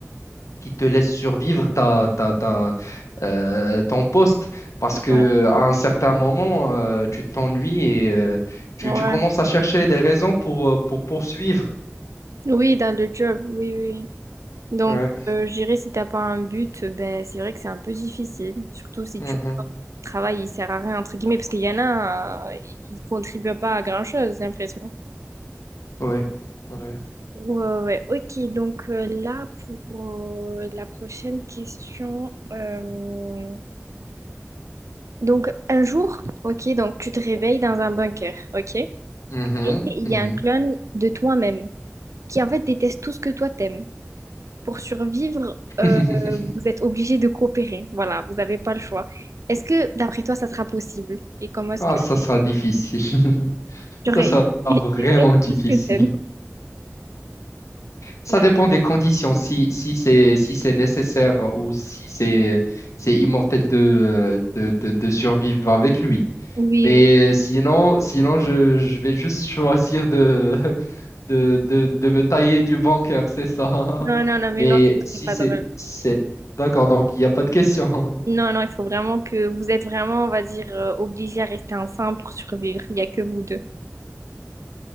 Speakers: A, on the left; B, on the right.
A: qui te laisse survivre ta, ta, ta, euh, ton poste parce que
B: Ouais,
A: à un certain moment, euh, tu t'ennuies et euh, tu,
B: ouais.
A: tu commences à chercher des raisons pour, euh, pour poursuivre.
B: Oui, dans le job, oui, oui. oui. Donc,
A: Ouais.
B: euh, je dirais, si t'as pas un but, ben, c'est vrai que c'est un peu difficile. Surtout si
A: Mhm.
B: tu vois que ton travail, il sert à rien, entre guillemets, parce qu'il y en a, euh, ils contribuent pas à grand-chose, j'ai l'impression.
A: Ouais. Ouais.
B: Ouais, ouais, ok. Donc euh, là, pour euh, la prochaine question. euh, Donc, un jour, ok, donc tu te réveilles dans un bunker, ok?
A: Mhm.
B: Il
A: Mhm.
B: y a un clone de toi-même qui, en fait, déteste tout ce que toi t'aimes. Pour survivre,
A: <laughs>
B: euh, vous êtes obligé de coopérer. Voilà, vous n'avez pas le choix. Est-ce que, d'après toi, ça sera possible? Et comment est-ce
A: Ah,
B: que
A: ça sera difficile. <laughs>
B: j'aurais
A: Ça sera vraiment
B: idée idée
A: difficile.
B: de ce que t'aimes?
A: Ça
B: Ah,
A: dépend des conditions. Si, si c'est si c'est nécessaire ou si c'est c'est immortel de, euh, de, de, de survivre avec lui.
B: Oui,
A: Mais
B: oui.
A: euh, sinon, sinon je, je vais juste choisir de, <laughs> de, de, de me tailler du bancaire, c'est ça.
B: Non,
A: <laughs>
B: non, non, mais
A: Mais
B: non, ça,
A: si
B: c'est pas
A: c'est,
B: drôle.
A: c'est... D'accord, donc il n'y a pas de question. <laughs>
B: Non, non, il faut vraiment que vous êtes vraiment, on va dire, euh, obligé à rester ensemble pour survivre. Il n'y a que vous deux.